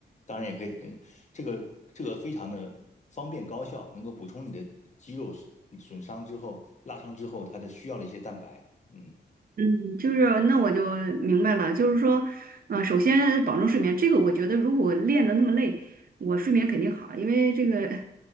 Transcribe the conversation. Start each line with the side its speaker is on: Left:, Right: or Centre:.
Left: 当然也可以，嗯，这个这个非常的方便高效，能够补充你的肌肉损损伤之后、拉伤之后它的需要的一些蛋白，嗯，
Right: 嗯，就是那我就明白了，就是说，呃，首先保证睡眠，这个我觉得如果练的那么累，我睡眠肯定好，因为这个，呃